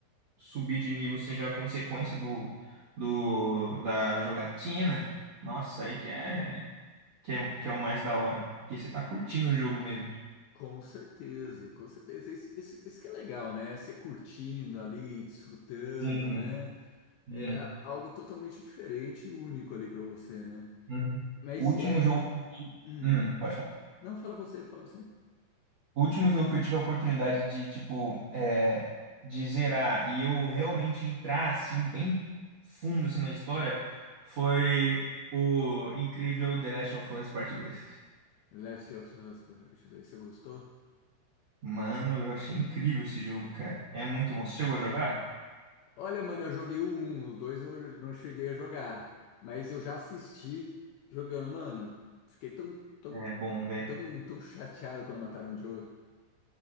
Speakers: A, on the right; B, on the left.
A: subir de nível seja a consequência do, do da jogatina, nossa, aí que é. que é, que é o mais da hora. que você tá curtindo o jogo mesmo.
B: com certeza, com certeza. Isso, isso, isso que é legal, né? Você curtindo ali, desfrutando,
A: Sim,
B: né?
A: sim.
B: É algo totalmente diferente e único ali pra você, né?
A: Uhum.
B: Mas
A: O último
B: é.
A: jogo.
B: hum,
A: Hum, pode falar.
B: Não, fala você, fala você.
A: O último jogo que eu tive a oportunidade de, tipo, é, de zerar e eu realmente entrar, assim, bem fundo, assim, na história, foi o incrível The Last of Us Parte Dois
B: Left of Us Part 2, você gostou?
A: Mano, eu achei incrível esse jogo, cara. É muito bom. Você chegou a jogar?
B: Olha, mano, eu joguei o 1, o 2 eu não cheguei a jogar. Mas eu já assisti jogando. Mano, fiquei tão, tão,
A: É bom, velho.
B: tão, tão chateado quando mataram o Joel.